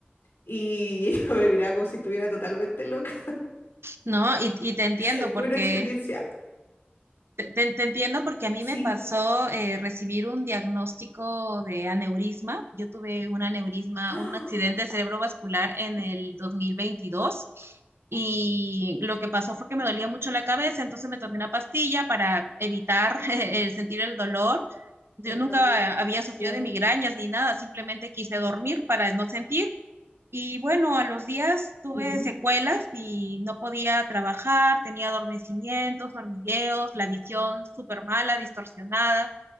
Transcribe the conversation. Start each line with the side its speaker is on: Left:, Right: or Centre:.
Left: Y <laughs> ella me miraba como si estuviera totalmente loca.
Right: ¿No? Y, y te entiendo
Left: <laughs>
Right: porque
Left: Fue una experiencia,
Right: Te, te- entiendo porque a mí
Left: sí.
Right: me pasó eh, recibir un diagnóstico de aneurisma. Yo tuve un aneurisma,
Left: ¡Ah!
Right: un accidente cerebrovascular en el 2022 y lo que pasó fue que me dolía mucho la cabeza, entonces me tomé una pastilla para evitar <laughs> el sentir el dolor. Yo
Left: El
Right: nunca
Left: dolor,
Right: había sufrido
Left: claro.
Right: de migrañas ni nada, simplemente quise dormir para no sentir y bueno, a los días tuve
Left: Ujú,
Right: secuelas y no podía trabajar, tenía adormecimientos, hormigueos, la visión súper mala, distorsionada.